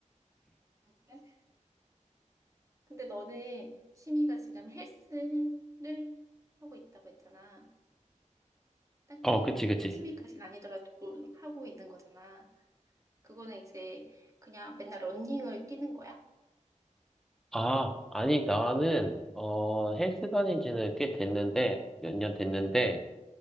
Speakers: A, on the right; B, in the centre.
A: 아, 그래? 근데 너는 취미가 지금 헬스를 하고 있다고 했잖아. 딱히
B: 어, 그치, 그치.
A: 취미까지는 아니더라도 하고 있는 거잖아. 그거는 이제 그냥 맨날 러닝을 뛰는 거야?
B: 아, 아니, 나는, 어, 헬스 다닌 지는 꽤 됐는데, 몇 년 됐는데,